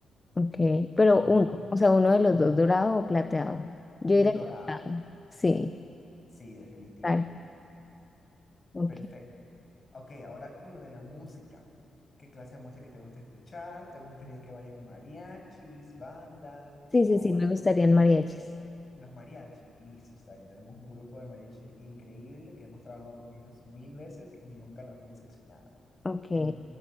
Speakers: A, on the left; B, on the left.
A: Ok, pero
B: Pero,
A: uno, o sea, uno de los dos, dorado o plateado. Yo
B: mm,
A: diría
B: Dorado,
A: que dorado. Sí,
B: sí, definitivamente.
A: claro. Ok.
B: Perfecto. Ok, ahora con lo de la música. ¿Qué clase de música te gusta escuchar? ¿Te gustaría que vayan mariachis, banda
A: Sí,
B: o
A: sí, sí, me gustarían mariachis.
B: los mariachis? Listo, está bien. Tenemos un grupo de mariachis increíble que hemos trabajado con ellos mil veces y nunca nos han decepcionado.
A: Ok.
B: En